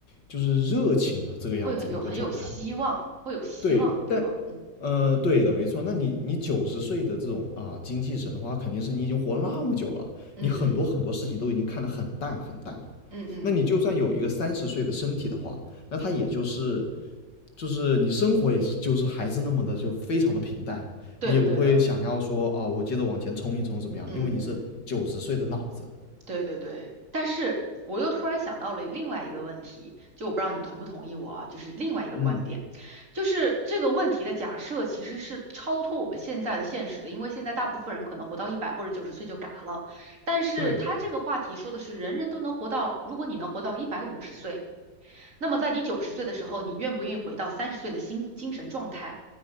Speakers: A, on the left; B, on the right.
A: 就是热情的这个样子的一个状态。
B: 会很有很有希望，会有希望，
A: 对，
B: 对吗？
A: 但呃，
B: 嗯
A: 对的，没错。那你你九十岁的这种啊精气神的话，肯定是你已经活了那么久了，
B: 嗯嗯
A: 你很多很多事情都已经看得很淡很淡了。
B: 嗯嗯
A: 那你就算有一个三十岁的身体的话，那他也就是
B: 嗯，
A: 就是你生活也是就是还是那么的就非常的平淡，
B: 对的对的，
A: 你也不会想要说啊我接着往前冲一冲怎么样，
B: 嗯嗯。
A: 因为你是九十岁的脑子。
B: 对对对，但是我又突然想到了另外一个问题，就我不知道你同不同意我啊，就是另外一个观点，
A: 嗯，
B: 就是这个问题的假设其实是超脱我们现在的现实的，因为现在大部分人可能活到一百或者九十岁就嘎了，但是他这个话题说的是人人都能活到，
A: 对
B: 如果你能活到一百五十岁，那么在你九十岁的时候，你愿不愿意回到三十岁的心精神状态？